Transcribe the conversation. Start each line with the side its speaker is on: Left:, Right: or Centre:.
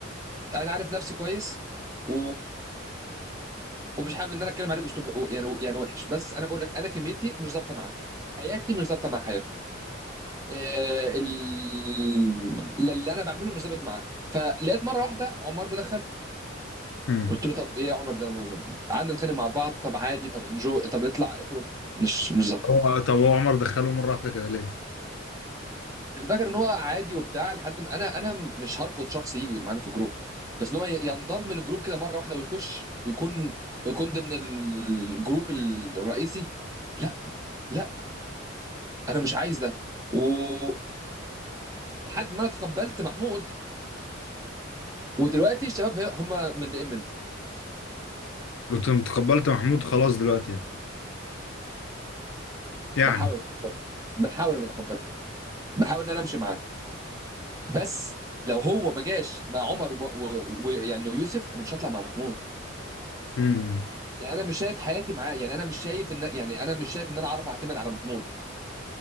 Right: عارف نفسي كويس و... ومش حابب ان انا اتكلم عليه باسلوب يعني يعني وحش بس انا بقول لك انا كميتي مش ظابطه معاه حياتي مش ظابطه مع حياته آه، ال- اللي انا بعمله مش ظابط معاه فلقيت مره واحده عمار مدخل
Left: مم.
Right: قلت له طب ايه يا عمر ده م- م- م- قعدنا نتخانق مع بعض طب عادي طب انجو طب اطلع اخرج مش مش ظابطه
Left: هو طب هو عمر دخله مره واحده كده ليه؟
Right: كان فاكر ان هو عادي وبتاع لحد ما انا انا مش هرفض شخص يجي معانا في الجروب بس ان هو ي- ينضم للجروب كده مره واحده ويخش ويكون ويكون ضمن الجروب الرئيسي لا لا انا مش عايز ده ولحد ما انا تقبلت محمود ودلوقتي الشباب هم متضايقين منه
Left: قلت له تقبلت محمود خلاص دلوقتي يعني يعني
Right: بحاول اتقبله بحاول ان اتقبله بحاول ان انا امشي معاه بس لو هو ما جاش مع عمر ويعني ويوسف انا مش هطلع مع محمود
Left: مم.
Right: يعني انا مش شايف حياتي معاه يعني انا مش شايف ان يعني انا مش شايف ان انا اعرف اعتمد على محمود